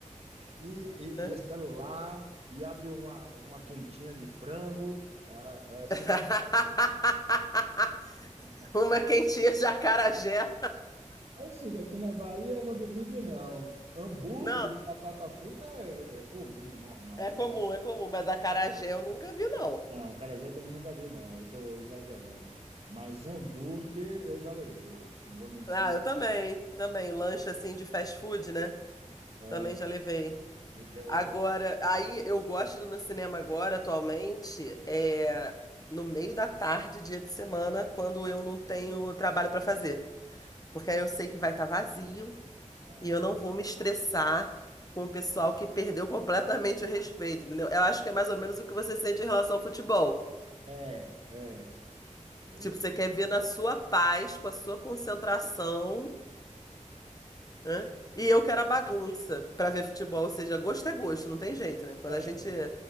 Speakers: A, on the right; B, on the left.
A: e,
B: Né?
A: e, e é celular, e abre uma, uma quentinha de frango. É, é assim,
B: <laughs>
A: né? <laughs>
B: Uma quentinha de acarajé. <laughs>
A: ou seja, aqui na Bahia eu não duvido, não. Hambúrguer,
B: Não,
A: batata frita é, é comum, normal.
B: é comum, é comum, mas acarajé eu nunca vi, não.
A: Não, acarajé eu também nunca vi, não. Eu estou exagerando. Mas hambúrguer eu já levei, não vou mentir.
B: Ah, eu também, também. Lanche assim de fast food, né?
A: É,
B: Também já levei.
A: eu-
B: Agora, aí eu gosto no cinema agora, atualmente, é no meio da tarde, dia de semana, quando eu não tenho trabalho para fazer. Porque aí eu sei que vai estar vazio
A: ah,
B: e eu não vou me estressar com o pessoal que perdeu completamente o respeito, entendeu? Eu acho que é mais ou menos o que você sente em relação ao futebol.
A: é, é. é. Eu-
B: Tipo, você quer ver na sua paz, com a sua concentração, né? E eu quero a bagunça para ver futebol, ou seja, gosto é gosto, não tem jeito, né? Quando
A: É,
B: a gente.
A: você-